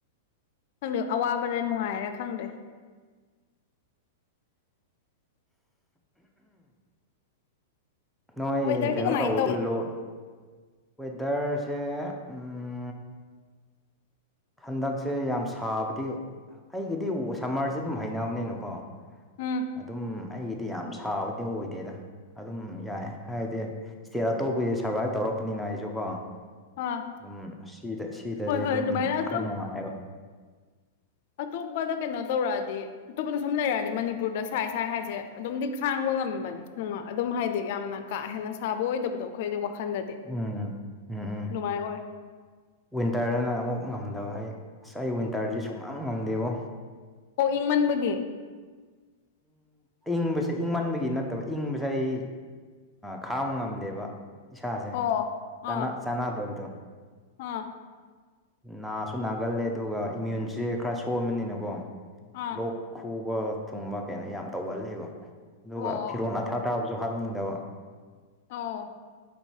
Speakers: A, on the left; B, in the centre.
A: ꯈꯪꯗꯦ ꯑꯋꯥꯕꯗ ꯅꯨꯡꯉꯥꯏꯔ ꯈꯪꯗ꯭ꯔꯦ
B: ꯅꯣꯏ
A: ꯋꯦꯗꯔꯗꯤ
B: ꯀꯩꯅꯣ
A: ꯀꯃꯥꯏꯅ
B: ꯇꯧꯗꯣꯏ
A: ꯇꯧꯒꯦ
B: ꯂꯨ ꯋꯦꯗꯔꯁꯦ ꯎꯝ ꯍꯟꯗꯛꯁꯦ ꯌꯥꯝ ꯁꯥꯕꯗꯤ ꯑꯩꯒꯤꯗꯤ ꯁꯝꯃꯔꯁꯦ ꯑꯗꯨꯝ ꯍꯩꯅꯕꯅꯤꯅꯀꯣ
A: ꯎꯝ
B: ꯑꯗꯨꯝ ꯑꯩꯒꯤꯗꯤ ꯌꯥꯝ ꯁꯥꯕꯗꯤ ꯑꯣꯏꯗꯦꯗ ꯑꯗꯨꯝ ꯌꯥꯏ ꯍꯥꯏꯗꯤ ꯁꯤꯌꯥꯔ ꯇꯧꯕꯤꯌꯨ ꯁꯔꯕꯥꯏꯞ ꯇꯧꯔꯛꯄꯅꯤꯅ ꯑꯩꯁꯨ ꯀꯣ
A: ꯑꯥ
B: ꯑꯗꯨꯝ ꯁꯤꯗ ꯁꯤꯗꯗꯤ
A: ꯍꯣꯏ ꯍꯣꯏ
B: ꯑꯗꯨꯝ
A: ꯑꯗꯨꯃꯥꯏꯅ ꯑꯇꯣꯞ
B: ꯈꯔ ꯅꯨꯡꯉꯥꯏꯕ
A: ꯑꯇꯣꯞꯄꯗ ꯀꯩꯅꯣ ꯇꯧꯔꯛꯑꯗꯤ ꯑꯇꯣꯞꯄꯗ ꯁꯨꯝ ꯂꯩꯔꯛꯑꯗꯤ ꯃꯅꯤꯄꯨꯔꯗ ꯁꯥꯏ ꯁꯥꯏ ꯍꯥꯏꯁꯦ ꯑꯗꯨꯝꯗꯤ ꯈꯥꯡꯕ ꯉꯝꯕꯅꯤ ꯅꯨꯡ ꯑꯗꯨꯝ ꯍꯥꯏꯗꯤ ꯌꯥꯝꯅ ꯀꯥ ꯍꯦꯟꯅ ꯁꯥꯕ ꯑꯣꯏꯗꯕꯗꯣ ꯑꯩꯈꯣꯏꯗꯤ ꯋꯥꯈꯜꯗꯗꯤ
B: ꯎꯝ ꯎꯝ ꯎꯝ
A: ꯅꯨꯡꯉꯥꯏ ꯑꯣꯏ
B: ꯋꯤꯟꯇꯔꯗꯅ ꯑꯃꯨꯛ ꯉꯝꯗꯕ ꯍꯥꯏ ꯉꯁꯥꯏ ꯋꯤꯟꯇꯔꯗꯤ ꯁꯨꯡꯉꯝ ꯉꯝꯗꯦꯕꯣ
A: ꯑꯣ ꯏꯪꯃꯟꯕꯒꯤ
B: ꯏꯪꯕꯁꯦ ꯏꯪꯃꯟꯕꯒꯤ ꯅꯠꯇꯕ ꯏꯪꯕꯁꯦ ꯑꯩ ꯈꯥꯡꯕ ꯉꯝꯗꯦꯕ ꯏꯁꯥꯁꯦ
A: ꯑꯣ ꯑꯥ
B: ꯆꯥꯟꯅꯗꯕꯗꯣ
A: ꯑꯥ
B: ꯅꯥꯁꯨ ꯅꯥꯒꯜꯂꯦ ꯑꯗꯨꯒ ꯏꯃ꯭ꯌꯨꯟꯁꯦ ꯈꯔ ꯁꯣꯟꯕꯅꯤꯅꯀꯣ
A: ꯑꯥ
B: ꯂꯣꯛ ꯈꯨꯕ ꯊꯨꯡꯕ ꯀꯩꯅꯣ ꯌꯥꯝ ꯇꯧꯒꯂꯦꯕ ꯑꯗꯨꯒ
A: ꯑꯣ ꯑꯣ
B: ꯐꯤꯔꯣꯟꯜ ꯑꯊꯥ ꯇꯥꯕꯁꯨ ꯍꯥꯞꯅꯤꯡꯗꯕ
A: ꯑꯧ